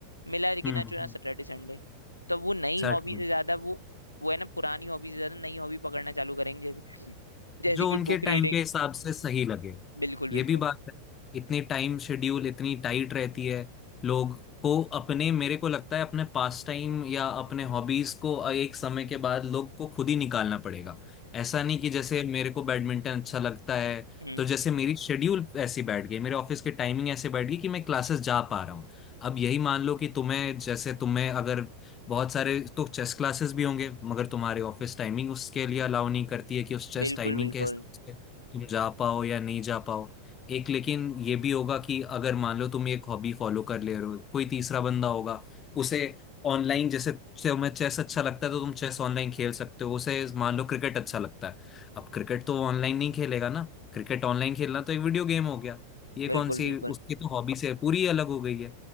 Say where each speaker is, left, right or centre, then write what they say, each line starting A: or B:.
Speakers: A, on the left; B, on the left.
A: मिला गिना
B: हम्म
A: चुना
B: हम्म
A: सैटरडे संडे तो वो नई
B: साठ
A: हॉबी से ज्यादा वो वो है ना पुरानी हॉबी से ज्यादा नई हॉबी पकड़ना चालू करेंगे जैसे हम्म। जैसे
B: जो
A: कि
B: उनके
A: बुक
B: टाइम
A: रीडिंग
B: के हिसाब से सही लगे
A: बिल्कुल
B: ये
A: बिल्कुल
B: भी बात है इतनी टाइम शेड्यूल इतनी टाइट रहती है लोग को अपने मेरे को लगता है अपने पास टाइम या अपने हॉबीज को एक समय के बाद लोग को खुद ही निकालना पड़ेगा ऐसा नहीं कि जैसे मेरे को बैडमिंटन अच्छा लगता है
A: हम्म
B: तो जैसे मेरी शेड्यूल ऐसी बैठ गई मेरे ऑफिस की टाइमिंग ऐसे बैठ गई कि मैं क्लासेस जा पा रहा हूँ अब यही मान लो कि तुम्हें जैसे तुम्हें अगर बहुत सारे तो चेस क्लासेस भी होंगे मगर तुम्हारे ऑफिस टाइमिंग उसके लिए अलाउ नहीं करती है कि उस चेस
A: बिल्कुल
B: टाइमिंग
A: बिल्कुल
B: के हिसाब से तुम जा पाओ या नहीं जा पाओ एक लेकिन ये भी होगा कि अगर मान लो तुम एक हॉबी फॉलो कर ले रहे हो कोई तीसरा बंदा होगा उसे ऑनलाइन जैसे तुम्हें चेस अच्छा लगता है तो तुम चेस ऑनलाइन खेल सकते हो उसे मान लो क्रिकेट अच्छा लगता है अब क्रिकेट तो ऑनलाइन नहीं खेलेगा ना क्रिकेट ऑनलाइन खेलना तो एक वीडियो गेम हो गया ये कौन
A: बिल्कुल
B: सी
A: बिल्कुल
B: उसकी तो हॉबी से पूरी अलग हो गई है